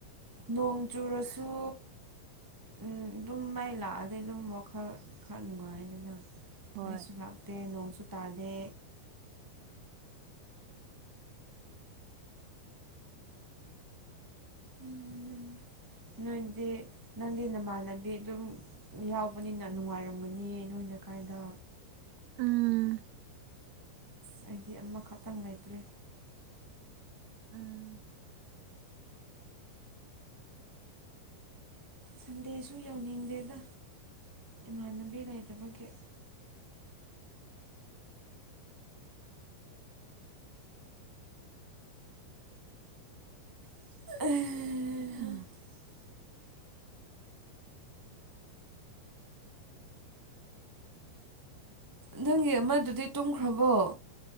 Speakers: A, on the right (about 15°); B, on the right (about 80°).
A: ꯅꯣꯡ ꯆꯨꯔꯁꯨ ꯎꯝ ꯑꯗꯨꯝ ꯃꯥꯏ ꯂꯥꯛꯑꯗꯤ ꯑꯗꯨꯝ ꯋꯥꯈꯜ ꯈꯔ ꯅꯨꯡꯉꯥꯏꯅꯤꯅ
B: ꯍꯣꯏ
A: ꯃꯁꯨꯂꯥꯛꯗꯅꯣ ꯄꯨꯇꯥꯗ ꯎꯝ ꯅꯣꯏꯗꯤ ꯅꯪꯗꯤ ꯅꯃꯥꯟꯅꯕꯤ ꯑꯗꯨꯝ ꯌꯥꯎꯕꯅꯤꯅ ꯅꯨꯡꯉꯥꯏꯔꯝꯒꯅꯤ ꯅꯣꯏꯅ ꯀꯥꯏ ꯍꯗ
B: ꯎꯝ
A: ꯍꯥꯏꯗꯤ ꯑꯃꯈꯛꯇꯪ ꯂꯩꯇ꯭ꯔꯦ
B: ꯎꯝ
A: ꯁꯟꯗꯦꯁꯨ ꯌꯧꯅꯤꯡꯗꯦꯗ ꯏꯃꯥꯟꯅꯕꯤ ꯂꯩꯏꯇꯕꯒꯤ <unintelligible> ꯑꯦ
B: ꯎꯝ
A: ꯅꯪꯒꯤ ꯑꯃꯗꯨꯗꯤ ꯇꯨꯝꯈ꯭ꯔꯕꯣ